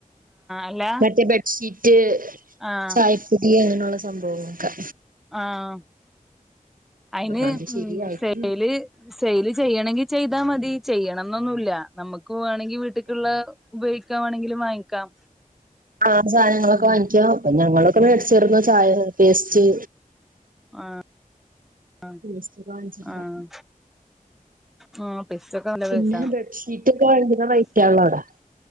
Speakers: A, in the centre; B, on the right.
A: അല്ല
B: മറ്റേ ബെഡ്ഷീറ്റ്
A: ആഹ്
B: ചായപ്പൊടി അങ്ങനെയുള്ള സംഭവങ്ങളൊക്കെ
A: ആഹ് അയിന്
B: അത് ശരിയായിട്ടില്ല
A: ഉം സെയില് സെയില് ചെയ്യണെങ്കി ചെയ് താ മതി ചെയ്യണന്നൊന്നുല്ല നമ്മക്ക് വേണെങ്കി വീട്ട്ക്ക്ള്ള ഉപയോഗ് ക്കാൻ വേണെങ്കിലും വാങ്ങിക്കാം
B: ആഹ് സാധനങ്ങളൊക്കെ
A: ഉം
B: വാങ്ങിക്കാം അപ്പ ഞങ്ങളൊക്കെ
A: ഉം
B: മേടിച്ചെറുന്നു ചായ, പേസ്റ്റ്
A: ആഹ് ആഹ്
B: പേസ്റ്റ് ഒക്കെ വാങ്ങിച്ചിട്ടുണ്ടായിരുന്നു
A: ആഹ് നോ പൈസൊക്കെ നല്ല
B: പിന്നെ
A: പൈസാ
B: ബെഡ്ഷീറ്റ് ഒക്കെ ഭയങ്കര റേറ്റ് ആണല്ലോ അവിടെ